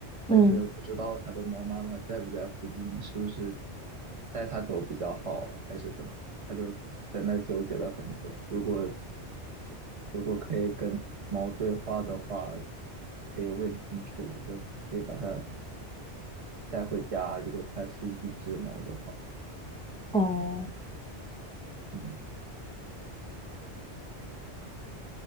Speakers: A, on the right (about 30°); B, in the centre.
A: 但是又不知道它的猫妈妈在不在附近，
B: 嗯嗯，
A: 是不是带它走比较好，还是怎么？他就在那儿纠结了很久。如果如果可以跟猫对话的话，可以问清楚，可以把它带回家，如果它是一只猫的话，
B: 哦
A: 嗯，